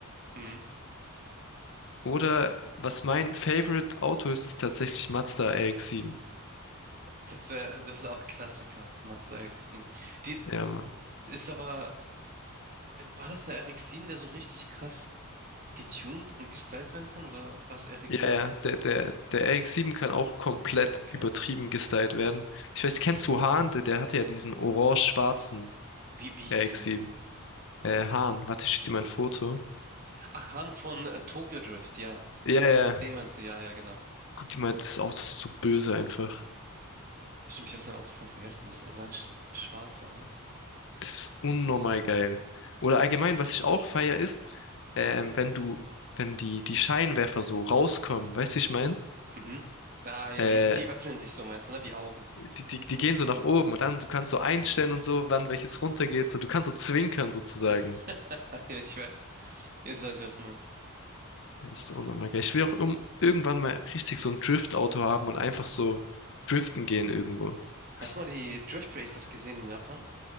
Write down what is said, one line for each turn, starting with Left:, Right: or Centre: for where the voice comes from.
Right: Mhm.
Left: Oder was mein Favorite Auto ist, ist tatsächlich Mazda RX-7.
Right: Das wäre, das ist auch Klassiker, Mazda RX-7. Die
Left: Ja, Mann.
Right: ist aber, war das der RX-7, der so richtig krass getuned und gestylt werden kann, oder war es RX-8?
Left: Ja, ja, der, der, der RX-7 kann auch komplett
Right: Okay.
Left: übertrieben gestylt werden. Ich weiß, kennst du Hahn? Der, der hatte ja diesen orange-schwarzen
Right: Wie, wie hieß
Left: RX-7.
Right: er?
Left: Äh, Hahn, warte, ich schick dir mal ein Foto.
Right: Ach, Han von äh, Tokyo Drift, ja.
Left: Ja, ja,
Right: Dem Ganze, ja, ja, genau.
Left: guck dir mal, das Auto ist so böse einfach.
Right: Stimmt, ich habe sein Auto voll vergessen, dieses orange-schwarze, ha?
Left: Das ist unnormal geil. Oder allgemein, was ich auch feier ist, ähm, wenn du, wenn die, die Scheinwerfer so rauskommen, weißt du, wie ich meine?
Right: Mhm. Ah, ja,
Left: Äh,
Right: die, die öffnen sich so, meinst du, ne? Wie Augen.
Left: die, die, die gehen so nach oben und dann, du kannst so einstellen und so, wann welches runtergeht, so, du kannst so zwinkern sozusagen.
Right: <laughs> Ja, ich weiß. Jetzt weiß ich, was du meinst.
Left: Das ist unnormal geil. Ich will auch um, irgendwann mal richtig so ein Drift-Auto haben und einfach so driften gehen irgendwo.
Right: Hast
Left: Das,
Right: du mal die Drift Races gesehen in Japan?